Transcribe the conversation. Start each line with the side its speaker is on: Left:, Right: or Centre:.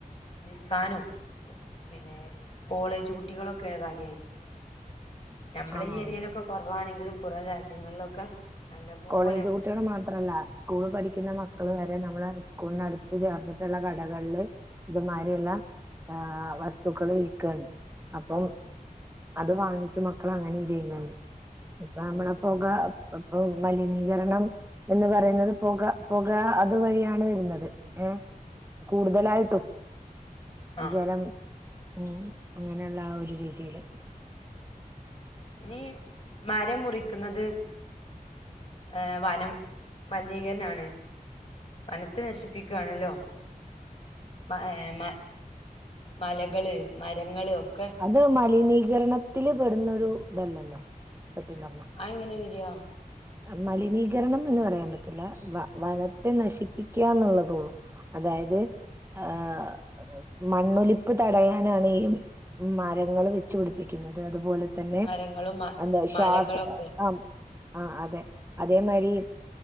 Left: വിൽക്കാനും പിന്നെ കോളേജ് കു- കുട്ടികളൊക്കെയാണ് കാര്യയിട്ട് നമ്മളെ
Right: ആഹ്
Left: ഈ ഏരിയിലൊക്കെ കൊ - കുറവാണെങ്കിലും പുറം രാജ്യങ്ങളിലൊക്കെ നല്ല പോലെണ്ട്
Right: കോളേജ് കുട്ടിൾ മാത്രല്ലാസ്- സ്കൂള് പഠിക്കുന്ന മക്കള് വരെ നമ്മള് സ്കൂളിനടുത്ത് ചേർന്നിട്ടുള്ള കടകളില് ഇതുമാരിള്ള ആഹ് വസ്തുക്കൾ വിൽക്കാണ്. അപ്പം
Left: ആ അതെ
Right: അത് വാങ്ങിച്ചു മക്കൾ അങ്ങനിം ചെയ്യുന്നുണ്ട് ഇപ്പൊ
Left: ഉം
Right: നമ്മളെ
Left: ഉം
Right: പൊക
Left: ഉം
Right: ഇപ്പൊ മലിനീകരണം എന്ന് പറയുന്നത് പൊക പൊക അതുവഴിയാണ് വരുന്നത് ഏഹ് കൂടുതലായിട്ടും
Left: ആ
Right: ജലം ഉം അങ്ങനെയുള്ള ആ ഒരു രീതിയില്.
Left: ഇനി മരം മുറിക്കുന്നത് ഏഹ് വനം മലിനീകരണാണ് വനത്തെ നശിപ്പിക്കാണല്ലോ ഏഹ് മ മലകള് മരങ്ങള് ഒക്കെ
Right: അത് മലിനീകരണത്തില് പെടുന്നൊരു ഇതല്ലല്ലോ സത്യം പറഞ്ഞ.
Left: അഹ് എങ്ങനെ വരാ
Right: മലിനീകരണം എന്ന് പറയാൻ പറ്റില്ല വ വനത്തെ നശിപ്പിക്കാന്നുള്ളതൊള്ളൂ. അതായത് ഏഹ് മണ്ണൊലിപ്പ് തടയാനാണ് ഈ മരങ്ങൾ വെ ച്ചു പിടിപ്പിക്കുന്നത്. അതുപോലെ തന്നെ
Left: മരങ്ങളും
Right: എന്താ ശ്വാസ
Left: മലകളൊക്കെ
Right: ആ ആ അതെ അതേ മാരി